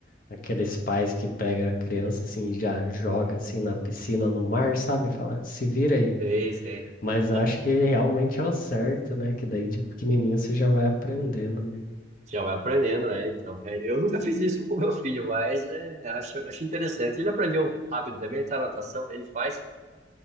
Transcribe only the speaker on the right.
Sei, sei.
Ah,
já vai aprendendo, né? Então, é, eu nunca fiz isso com meu filho, mas é, acho, acho interessante. Ele aprendeu rápido também, ele tá na natação, ele faz,